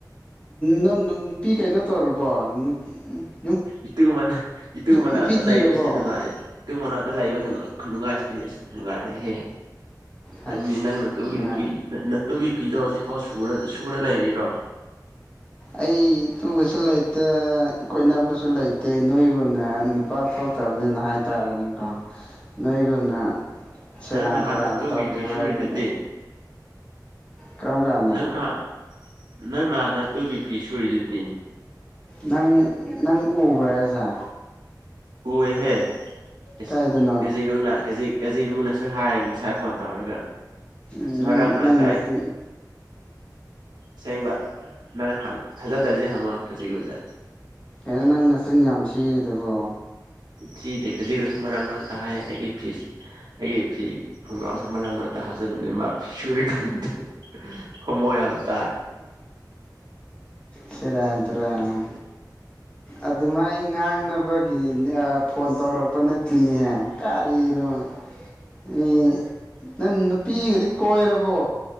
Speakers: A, on the left (about 15°); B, on the right (about 75°).
A: ꯅꯪ ꯅꯨꯄꯤ ꯀꯩꯅꯣ ꯇꯧꯔꯕꯣ ꯅꯨꯄꯤ
B: ꯏꯇ ꯃꯅꯥ ꯏꯇꯨ ꯃꯅꯥꯛꯇ
A: ꯅꯨꯄꯤ ꯊꯤꯔꯕꯣ
B: ꯂꯩꯕꯁꯤ ꯅꯨꯡꯉꯥꯏ ꯏꯇ ꯃꯅꯥ ꯀꯅꯥꯗ ꯂꯩꯕ ꯅꯨꯡꯉꯥꯏꯁꯤꯗꯤ ꯑꯁ ꯅꯨꯡꯉꯥꯏꯔꯦꯍꯦ ꯅꯪꯅꯦ
A: ꯑꯁ
B: ꯅꯪ ꯅꯠꯇꯧꯒꯤ
A: ꯅꯨꯡꯉꯥꯏ
B: ꯅꯨꯄꯤ ꯅꯠ ꯅꯠ ꯑꯗꯨꯒꯤ ꯤꯗꯤꯑꯣ ꯍꯧꯖꯤꯛꯐꯥꯎ ꯁꯨꯔ ꯂꯩꯔꯤꯕꯔꯤꯔꯣ
A: ꯑꯩ ꯇꯨꯕꯁꯨ ꯂꯩꯇꯦ ꯀꯣꯏꯅꯕꯁꯨ ꯂꯩꯇꯦ ꯅꯣꯏꯒꯅ ꯅꯨꯄꯥ ꯊꯣꯛꯇꯕꯅꯤꯅ ꯍꯥꯏꯇꯥꯔꯅꯦꯀꯣ ꯅꯣꯏꯒꯨꯝꯅ ꯁꯤꯔꯥꯟ
B: ꯅꯪ ꯅꯍꯥꯟ
A: ꯇꯨꯔꯥꯟ
B: ꯅꯇꯨꯒꯤ
A: ꯇꯧꯗꯦ
B: ꯐꯤ
A: ꯚꯥꯏ
B: ꯁꯨꯔꯤꯗꯨꯗꯤ
A: ꯑꯗꯨꯗꯤ ꯀꯔꯝ ꯀꯥꯟꯗ
B: ꯅꯪ ꯅꯍꯥꯟ ꯅꯪ ꯅꯍꯥꯟꯅꯠꯇꯨꯒꯤ ꯐꯤ ꯁꯨꯔꯤꯗꯨꯗꯤ
A: ꯅꯪ ꯅꯪ ꯎꯕ꯭ꯔꯥ ꯍꯥꯏꯖ
B: ꯎ ꯑꯦꯍꯦ ꯑꯦꯁ
A: ꯀꯥꯏꯗꯅꯣ
B: ꯀꯖꯤꯛꯔꯣꯅꯥ ꯀꯖꯤꯛ ꯀꯖꯤꯔꯨꯅꯁꯨ ꯍꯥꯏꯌꯦ ꯉꯁꯥꯏ ꯐꯣꯟ ꯇꯧꯔꯒ
A: ꯎꯝ ꯅꯪ
B: ꯃꯔꯛ ꯃꯔꯛꯇ
A: ꯅꯪ ꯅꯁꯤ
B: ꯁꯦꯡꯕ ꯅꯪ ꯊꯥꯖꯗ꯭ꯔꯗꯤ ꯍꯪꯉꯣ ꯀꯖꯤꯔꯨꯗ
A: ꯀꯩꯅꫭ ꯅꯪ ꯅꯆꯤꯟ ꯌꯥꯝ ꯊꯤꯔꯤꯗꯨꯕꯣ
B: ꯊꯤꯗ ꯀꯦꯖꯤꯗꯁꯨ ꯃꯔꯥꯡ ꯃꯔꯛꯇ ꯍꯥꯏ ꯑꯩꯒꯤ ꯐꯤꯁ ꯑꯩꯒꯤ ꯐꯤ ꯈꯣꯡꯒ꯭ꯔꯥꯎꯁꯨ ꯃꯔꯥꯡ ꯃꯔꯛꯇ ꯍꯥꯞꯆꯟꯕꯅꯦ ꯃꯥ ꯐꯤꯁ ꯁꯨꯔꯤꯀꯥꯟꯗꯨꯗ ꯍꯌꯥꯜ
A: ꯁꯤ ꯔꯝ ꯇꯔ ꯎꯝ ꯑꯗꯨꯃꯥꯏ ꯉꯥꯡꯅꯕ ꯐꯣꯟ ꯇꯧꯔꯛꯄ ꯅꯠꯇꯦꯅꯦꯍꯦ ꯀꯔꯤ ꯑ ꯅꯦ ꯀꯟꯅꯨ ꯄꯤꯒꯗꯤ ꯀꯣꯏꯔꯕꯣ